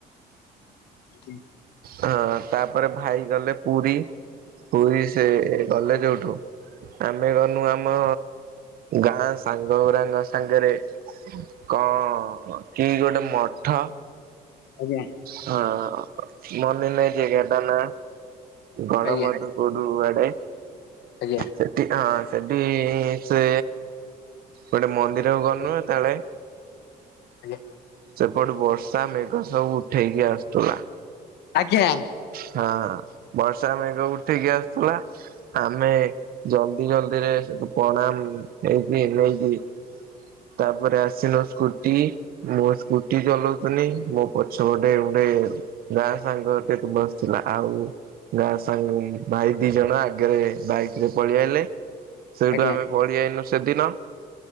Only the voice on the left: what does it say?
ଆ୍ <unintelligible>
ଆଜ୍ଞା।
ଆଜ୍ଞା
ଆଜ୍ଞା।
ଆଜ୍ଞା।
ଆଜ୍ଞା।
ଆଜ୍ଞା।